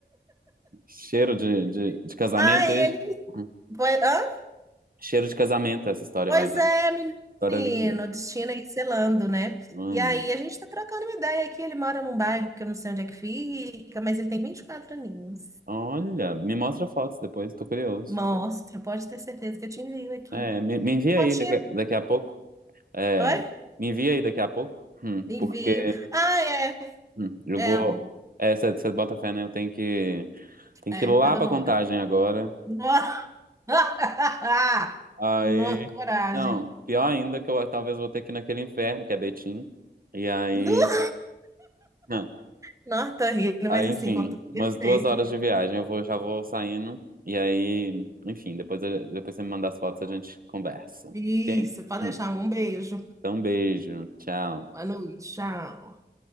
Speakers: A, on the right; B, on the right.
A: Cheiro de, de, de
B: <laughs>
A: casamento,
B: Ai,
A: é isso?
B: ele.
A: Hum.
B: Pois, hã?
A: Cheiro de casamento essa história
B: Pois
A: vai dar.
B: é, menino,
A: História linda.
B: destino aí selando, né?
A: Amo.
B: E aí a gente tá trocando uma ideia aqui. Ele mora num bairro que eu não sei onde é que fica, mas ele tem 24 aninhos.
A: Olha, me mostra fotos depois, tô curioso.
B: Mostro, pode ter certeza que eu te envio aqui.
A: É, me, me envia aí
B: Fotinha.
A: daqui, daqui a pouco. É,
B: Oi?
A: me envia aí daqui a pouco, Hum,
B: Envio.
A: porque
B: Ah,
A: hum, eu
B: É,
A: vou.
B: amor.
A: É, você bota fé, né? Eu tenho que, tenho
B: É,
A: que ir lá
B: tá dando
A: pra Contagem
B: hora.
A: agora.
B: Nossa, <laughs>
A: Aí.
B: Nossa, coragem.
A: Não, pior ainda que eu talvez vou ter que ir naquele inferno, que é Betim. E aí.
B: Nu-
A: não,
B: Não, tô rindo,
A: Aí,
B: mas
A: enfim,
B: assim, com todo
A: umas
B: respeito.
A: duas horas de viagem. Eu vou, já vou saindo. E aí, enfim, depois, eu- depois você me manda as fotos, a gente conversa.
B: Isso,
A: Ok?
B: pode
A: Hum.
B: deixar. Um beijo.
A: Então, um beijo. Tchau.
B: Boa noite. Tchau.